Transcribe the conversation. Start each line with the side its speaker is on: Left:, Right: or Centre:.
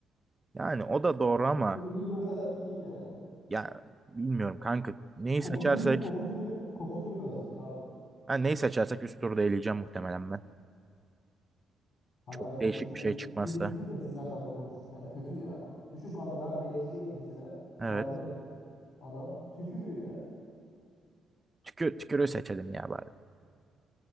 Right: Yani o da doğru ama
Left: Çok iyi bir özellik değil yani bu.
Right: ya bilmiyorum kanka. Neyi
Left: Koku
Right: seçersek
Left: duyun, koku duyun, koku duyun azalıyor abi.
Right: ha neyi seçersek üst turda eleyeceğim muhtemelen ben.
Left: Kanka
Right: Çok
Left: ben de konuşurken
Right: değişik bir şey
Left: biri, tük-
Right: çıkmazsa.
Left: biri tükürmesin ya kanka konuşurken. Kötü ya. Düşün kanka ben bench'teyim mesela.
Right: Evet.
Left: Yardım ettim. Adam tükürüyor ya.
Right: Tükür, tükürüğü seçelim ya bari.